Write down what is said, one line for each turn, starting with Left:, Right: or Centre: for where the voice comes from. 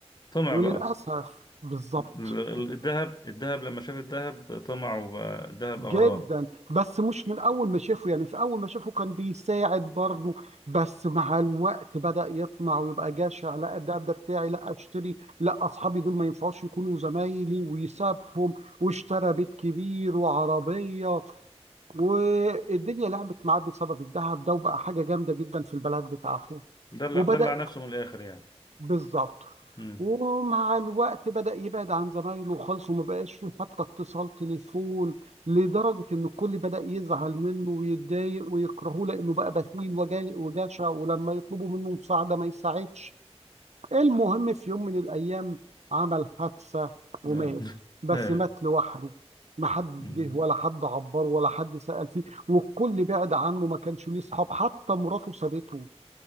Left: طمع
Right: وللأسف
Left: بقى
Right: بالظبط
Left: ال- ال- الذهب الذهب لما شاف الذهب طمع وبقى الذهب
Right: جدا
Left: أغراه
Right: بس مش من اول ما شافه يعني في اول ما شافه كان بيساعد برضه بس مع الوقت بدأ يطمع ويبقى جشع لا ده ده بتاعي لا اشتري لا اصحابي دول ما ينفعوش يكونوا زمايلي ويسابهم واشترى بيت كبير وعربية والدنيا لعبت معاه بسبب الذهب ده وبقى حاجة جامدة جدا في البلد بتاعته
Left: دلع
Right: وبدأ
Left: دلع نفسه من الآخر يعني
Right: بالظبط
Left: مم.
Right: ومع الوقت بدأ يبعد عن زمايله خالص وما بقاش فيه حتى اتصال تليفون لدرجة إن الكل بدأ يزعل منه ويتضايق ويكرهه لأنه بقى بخيل وجا- وجشع ولما يطلبوا منه مساعدة ما يساعدش المهم في يوم من الأيام عمل حادثة
Left: لا.
Right: ومات
Left: <laughs>
Right: بس
Left: إيه.
Right: مات لوحده ما حد
Left: مم.
Right: جه ولا حد عبره ولا حد سأل فيه والكل بعد عنه ما كانش ليه صحاب حتى مراته سابته